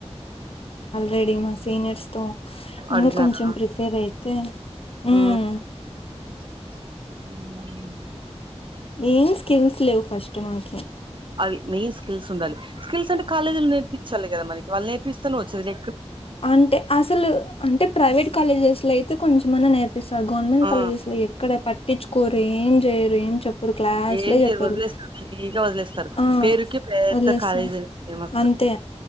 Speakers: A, on the left; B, on the right.
A: రెడీ మా సీనియర్స్ తో ఇంకా
B: అడిగినారా
A: కొంచెం ప్రిపేర్ అయితే హ్మ్
B: ఆ <unintelligible>
A: ఏం స్కిల్స్ లేవు ఫస్ట్ మాకి
B: అది మెయిన్ స్కిల్స్ ఉండాలి స్కిల్స్ అంటే కాలేజ లో నేర్ించాలి కదా మనకిళ్ళ నేర్పిస్తనే వచ్చంది
A: అంటే అసలు అంటే ప్రైవేట్ కాలేజెస్ లో అయితే కొంచెమన్నా నేర్ సార్ గవర్నమెంట్
B: ఆ
A: కాలేజెస్ లో ఎక్కడ పట్టించుకోరు ఏం చేయరు ఏం చెప్పరు క్లాస్లే
B: ఏం చేయరు
A: చెప్పరు
B: వదిలేస్తారు ఫ్రీగా వదిలేస్తారు
A: ఆ
B: పేరుకి పెద్ద
A: వదిలేస్తారు
B: కాలేజీ ఫేమస్
A: అంతే